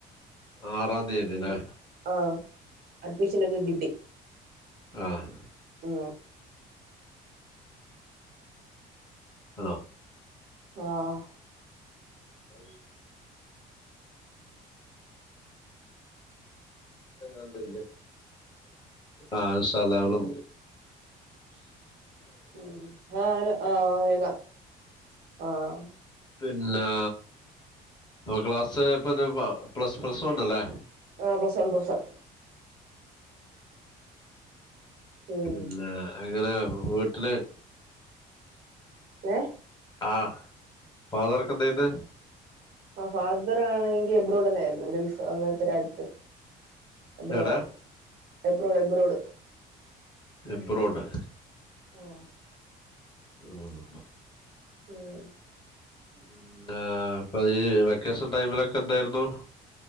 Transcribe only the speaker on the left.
ആറാം തീയതി അല്ലേ
ആഹ്
ആണോ
അ ആണോ ആഹ് ഇന്ഷാള്ളാ ഞങ്ങള്
പിന്നാ പ്പ ക്ലാസ് <unintelligible> പ്ലസ് പ്ലസ് വൺ അല്ലേ
പിന്നെ എങ്ങനെ വീട്ട്ല്
ആഹ് ഫാദറൊക്കെന്ത് ചെയ്യണേ
എടാ
എബ്രോഡ്
ആഹ്
പിന്നാ ഇപ്പ ഈ വെക്കേഷൻ ടൈമിലൊക്കെന്തായിരുന്നു